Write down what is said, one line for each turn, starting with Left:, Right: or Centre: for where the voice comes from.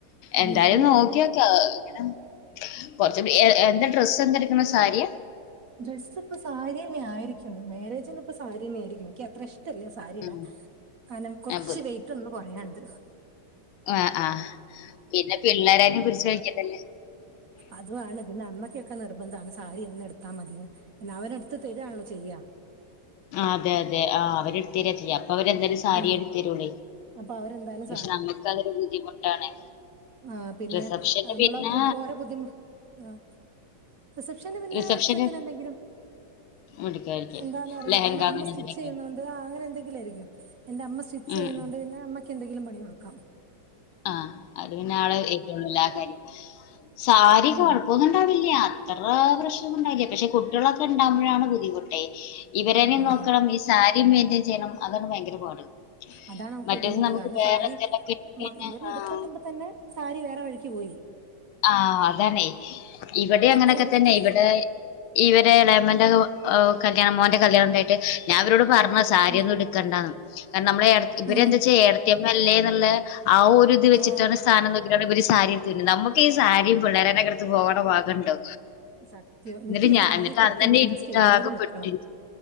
Right: അപ്പൊ
Left: എന്തായാലും
Right: ഞാനിങ്ങനെ
Left: നോക്കിയോക്കെ
Right: വിചാരിക്കും
Left: ഇങ്ങനെ കുറച്ചൂടി എന്താ ഡ്രസ്സ് എന്താ എടുക്കണ സാരിയ
Right: ഡ്രസ്സ് ഇപ്പ സാരി തന്നെ ആയിരിക്കും മേ രേജിന് ഇപ്പ സാരി തന്നെയായിരിക്കും എനിക്ക് അത്ര ഇഷ്ടല്ല സാരി സാരിടാ
Left: ഉം
Right: കാരണം കൊറച്ച്
Left: ആഹ്
Right: വെയിറ്റ് ഒന്ന് കൊറയാണ്ട്
Left: ആ ആഹ പിന്നെ പിള്ളേരെ ആരും പിടിച്ച് വലികണ്ടല്ലോ
Right: അതുമാണ് പിന്നെ അമ്മയ്ക്കൊക്കെ നിർബന്ധണ് സാരി എന്നെ എടുത്താൽ മതിയന്ന് പിന്നെ അവനടുത്ത് തരിയാണല്ലോ ചെയ്യാ
Left: ആ അതെ അതെ ആ അവര് എടുത്ത് തരിയാ ചെയ്യാം അപ്പ അവരെന്താലും സാരി
Right: ഉം
Left: എടുത്തേരോള്
Right: അപ്പൊ അവരെന്തായാലും
Left: പക്ഷെ നമ്മുക്ക് അതൊരു ബുദ്ധിമുട്ടാണ്
Right: ആഹ് പിന്നെ
Left: റിസപ്ഷന്
Right: നമ്മള്
Left: പിന്നെ
Right: ഓരോ ബുദ്ധിമു ആ റിസെപ്ഷന് പിന്നെ
Left: റിസപ്ഷന്
Right: ഇഷ്ട ത്തി നെന്തെങ്കിലും
Left: എടുക്കായിരിക്കും
Right: എന്താന്നറിയില്ല
Left: ലെഹങ്ക
Right: അതിന്
Left: അങ്ങനെ
Right: അമ്മ സ്റ്റിച്ച്
Left: എന്തിനൊക്കെ
Right: ചെയ്യുന്നോണ്ട് അങ്ങനെ എന്തെങ്കിലും ആയിരിക്കും ന്റെ അമ്മ സ്റ്റിച്ച് ചെയ്യുന്നോണ്ട്
Left: ഉം
Right: പിന്നെ അമ്മയ്ക്ക്ന്തെങ്കിലും പണി കൊടുക്കാം
Left: ആഹ് അത് പിന്നെ ആള് ഏറ്റവും നല്ല ആ കാര്യം സാരികൊഴ
Right: ഉം
Left: പ്പൊന്നും ഇണ്ടാവില്ല അത്ര പ്രശ്നൊന്നു ണ്ടാവില്ല പക്ഷെ കുട്ടികളൊക്കെ ഉണ്ടാവുമ്പോഴാണ് ബുദ്ധിമുട്ടേ ഇവരനേം
Right: ആ ആ
Left: നോക്കണം ഈ സാരിയും മെയ്ന്റെയ്ൻ ചെയ്യണം അതാണ് ഭയങ്കര പാട്
Right: അതാണ് നമുക്ക്
Left: മറ്റേത്
Right: ബുദ്ധിമുട്ട്
Left: നമുക്ക്
Right: കാരണം
Left: വേറെ
Right: സാരി
Left: എന്തെലൊക്കെ ഇട്ട് കഴിഞ്ഞാൽ
Right: മ ഇവരെ എടുക്കുന്നുമ്പതന്നെ
Left: ആഹ്
Right: സാരി വേറെ വഴിക്ക് പോയി
Left: ആഹ് അതാണ് ഇവിടെ അങ്ങനെയൊക്കെ
Right: എത്ര വൃത്തി
Left: തന്നെ ഇവിടെ ഇവരെ എളേമന്റെ കല്യാണം മോന്റെ കല്യാണം ഉണ്ടായിട്ട് ഞാൻ ഇവരോട് പറഞ് സാരിയൊന്നും
Right: ഉം
Left: ഇടുക്കണ്ടന്ന് കാരണം നമ്മളെ ഇവര്
Right: ഉം
Left: എന്താച്ചാ ഏട്ടത്തിയമ്മ അല്ലേ എന്ന്ള്ള ആ ഒരുത് വെച്ചിട്ടാണ്
Right: ആഹ്
Left: സ്ഥാനം നോക്കയിട്ടാണ് ഇവര് സാരി എടുത്തെര്ക്ക്ന്ന് നമു ക്കി ഈ സാരിം പിള്ളേരനൊക്കെടുത്ത് പോകണ ഭാഗണ്ടോ
Right: സത്യം എനിക്ക്
Left: എന്നിട്ട് ഞാൻ
Right: സാരി
Left: എന്നിട്ട്
Right: ഒക്കെ ഉടുത്തിണ്ടെങ്കില്
Left: അതെന്നെ ഇട്ടിട്ട്
Right: സ്റ്റെഡിയില്
Left: ആകെ
Right: നിക്കണം
Left: പെട്ട്